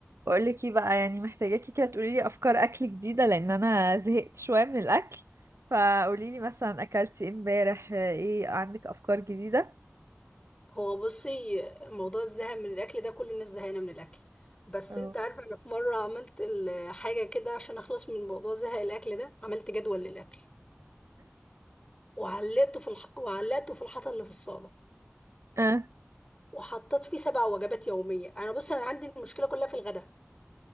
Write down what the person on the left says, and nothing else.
هو بصي موضوع الزهق من الاكل ده كل الناس زهقانه من الاكل بس
انت عارفه انا في مره عملت ال- حاجه كده عشان اخلص من موضوع زهق الاكل ده عملت جدول للاكل وعلقته في الح... وعلقته في الحيطه اللي في الصاله
وحطيت فيه سبع وجبات يوميه انا بصي انا عندي المشكله كلها في الغداء